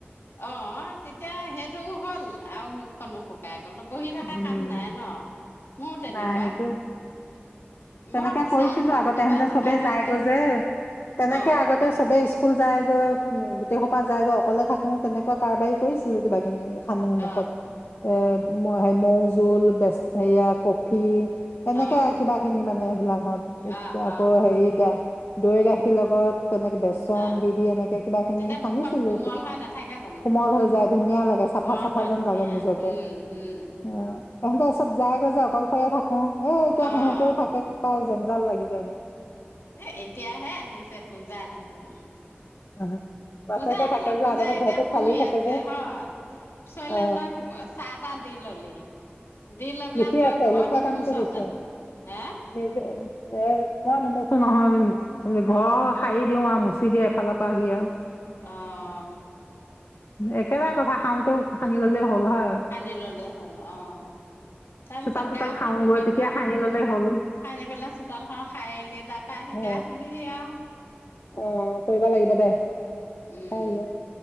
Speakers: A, on the left; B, on the left.
A: অ' তেতিয়া সেই কামটোও হ'ল আৰু মুখখনো শুকাই গ'ল। অলপ বহি থকা
B: উম
A: কাম নাই ন মোৰ তেনেকুৱা
B: নাই সেইটো তেনেকে
A: মই
B: কৰিছিলো
A: চাই লওঁ
B: আগতে
A: কিবা
B: তেহঁতে
A: এটা
B: চবে
A: কাম
B: যায়গৈ
A: আছে
B: যে তেনেকে
A: অ
B: আগতে সবে স্কুল যায়। <unintelligible> গোটেইসোপা যায়গৈ অকলে থাকো। তেনেকুৱা কাৰবাৰী কৰিছিলো কিবা খিনি সানো
A: অ
B: মুখত এ মৌ হে মৌজোল বেচ সেয়া কফি এনেকে
A: অ অ
B: কিবা কিনি মানে সেইবিলাকত
A: অ',
B: এতিয়া আকৌ
A: অ',
B: হেৰিতে দৈ গাখীৰ লগত তেনেকে বেচন
A: অ',
B: দি দি এনেকে কিবা খিনি
A: তেতিয়া
B: সানিছিলো
A: মুখখন কোমল হৈ নাথাকে জানো?
B: কোমল হৈ যায় ধুনীয়া লাগে
A: কোমল
B: চাফা চাফা
A: হয়
B: যেন
A: ধুনীয়া
B: লাগে নিজকে
A: উম, উম,
B: অঁ এহঁতে চব যাইগৈ যে অকলশৰে থাক- কো এ এতিয়া
A: অ',
B: সিহঁত থাকে পাই জনঞ্জাল লাগি যায় মোৰ
A: এ এতিয়াহে আহিছে পূজা দেখোন
B: আহ, বাপেকে
A: পূজা আহিলেও
B: থাকে যে
A: পূজা
B: আগতে
A: এতিয়া
B: ঘৰটো
A: শুই
B: খালী থাকে
A: আছে
B: যে
A: হয় চৈলেন্দক
B: অ
A: চাহ তাহ দি ললি। দি লৈপেলা
B: লিখি
A: ই ত
B: আছে
A: ঘৰ
B: লিখা
A: নোমচ
B: কামটো দিছো
A: জানো হে।
B: নিজে এ মই নুমছো নহয় কিন্তু সাৰি দিও আৰু মচি দিয়ে এফালৰ পৰা সি আৰু।
A: অ
B: এক একে টাই কথা খাওঁতেও সানিললে হল। হয়
A: সানি ললে হ'ল অ। তাৰ
B: চোতাল
A: পিছত
B: তোতাল
A: গাটো
B: সাৰোগৈ
A: ধুবি
B: তেতিয়া
A: গোৱা
B: সানি ললেই হ'ল
A: সানি পেলাই চোতালখন খাইিলি তাৰ পৰা আহি
B: অ
A: গা ধুলিহি আওঁ।
B: অ কৰিব লাগিব দে
A: উম,
B: কাইলৈ